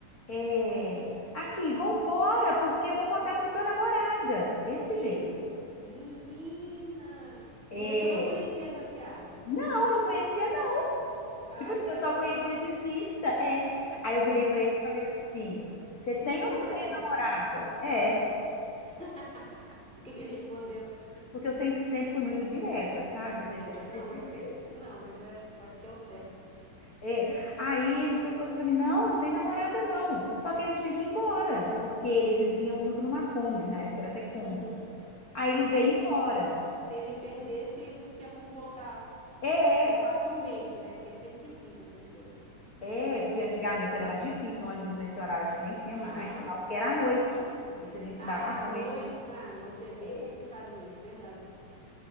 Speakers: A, on the left (about 55°); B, in the centre.
A: é, aqui, vambora, porque eu vou contar para sua namorada. Desse jeito.
B: Menina!
A: É,
B: E aí, tu não conhecia a Jaciara?
A: não, não conhecia, não.
B: Ai,
A: Tipo assim,
B: caramba!
A: eu só conhecia de vista. É. Aí eu virei para ele e falei assim: você tem
B: Tu mentiu
A: ou não
B: pra
A: tem
B: mim?
A: namorada? É,
B: É. <laughs> O que que ele respondeu?
A: porque eu sempre, sempre fui muito direta, sabe? Não sei
B: É,
A: se você já
B: não,
A: percebeu.
B: mas, não, mas é, eu acho que é o certo.
A: É, aí ele foi e falou assim pra mim, não, não tem namorada não. Só que ele tinha que ir embora, porque eles vinham tudo numa Kombi, na época era até Kombi.
B: Uhum.
A: Aí ele veio
B: Aí, se,
A: embora.
B: se ele perdesse, ele não tinha como voltar.
A: É,
B: É Assim, facilmente, né? Porque é sempre difícil essas coisas.
A: é, porque antigamente era mais difícil, ônibus nesse horário acho que nem tinha mais,
B: Aham.
A: tal, porque era à noite. Isso a gente se
B: Ah,
A: dava à noite.
B: noites. Ah, noite é bem
A: É.
B: complicado mesmo, verdade.